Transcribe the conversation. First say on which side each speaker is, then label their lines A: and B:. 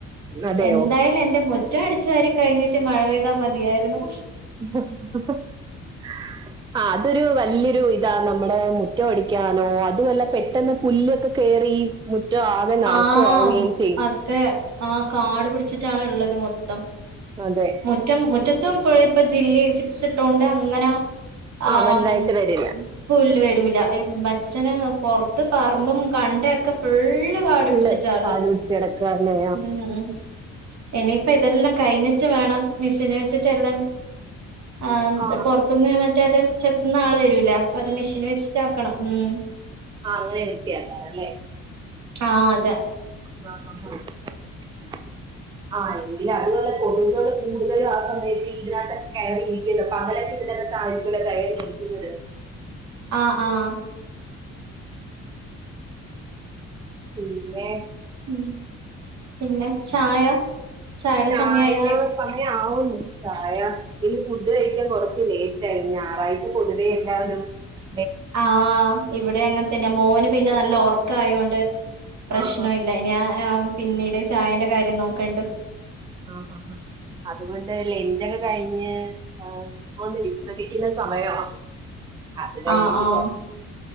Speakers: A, on the right; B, on the right.
A: അതെയോ
B: എന്തായാലും എന്റെ മൊ മുറ്റം അടിച്ചവാരിക്കഴിഞ്ഞിട്ട് മഴ പെയ്താൽ മതിയായിരുന്നു
A: <unintelligible> ആഹ് അതൊരു വല്യോരു ഇതാ നമ്മടെ മുറ്റം അടിക്കാനോ അതുവല്ല പെട്ടെന്ന് പുല്ലൊക്കെ കേറി മുറ്റം ആകെ നാശമാവുകയും
B: ആഹ്
A: ചെയ്യും
B: <unintelligible> ആഹ് കാടു പിടിച്ചിട്ടാണ് ഇള്ളത് മൊത്തം.
A: അതെ
B: മുറ്റം മുറ്റത്തും ഫുള്ള് ഇപ്പ ജില്ലി ചിപ്സ്ട്ടോണ്ട് അങ്ങന ആം
A: ആഹ് ബലുതായ്ട്ട് വരും.
B: പുല്ല് വരൂല മരച്ചന് പുറത്ത് പറമ്പും കണ്ടൊക്കെ ഫുൾ കാട്
A: പുല്ല്
B: പിടിച്ചിട്ടായുള്ളേ
A: താഴെ വിട്ട് കിടക്കുക അല്ലേ
B: ഉം ഇനിയിപ്പ ഇതെല്ലാം കഴിഞ്ഞിട്ട് വേണം മിഷെന് വെച്ചിട്ട് എല്ലാം ആഹ്
A: ആ
B: പൊറത്തുന്ന് മറ്റേത് ചെത്തുന്ന ആള് വരൂല അപ്പ അത് മിഷേന് വെച്ചിട്ട് ആക്കണം ഉം
A: ആഹ് അങ്ങനെ വൃത്തി ആക്കാറ് അല്ലേ?
B: ആഹ് അതെ
A: <unintelligible>
B: <inaudible>
A: ആഹ് എങ്കിലും അതുവല്ല കൊതുകള് കൂടുതലും ആ സമയത്ത് ഇതിനകത്ത് കയറിയിരിക്കല്ലോ പകലൊക്കെ ഇതിനകത്തു ആണ് <unintelligible> കയറി ഇരിക്കുന്നത്
B: ആഹ് ആഹ്.
A: പിന്നെ
B: മ്ഹ് പിന്നെ ചായ ചായയുടെ
A: ചായ
B: സമയായില്ലേ
A: സമയം ആവുംന്നു ട്ട പ്രായ ഇനി ഫുഡ് കഴിക്കാൻ കൊറച്ച് ലേറ്റ ആയി ഞായറാഴ്ച പൊതുവേ എണ്ടാവാലും <unintelligible>
B: ആഹ് ഇവിടെ അങ്ങനെ തന്നെ മോനും പിന്നെ നല്ല ഒറക്കായൊണ്ട് പ്രശ്നം
A: ആഹാ
B: ഇല്ല <unintelligible> പിന്നേട് ചായേന്റെ കാര്യം നോക്കാണ്ട്
A: ആഹ് ആഹ് ആഹ് അതുകൊണ്ട് ലെഞ്ചൊക്കെ കഴിഞ്ഞ് ഇപ്പോ ഒന്ന് വിശ്രമിക്കുന്ന സമയവാ അത് കഴിഞ്ഞിട്ട്
B: ആഹ് ആഹ്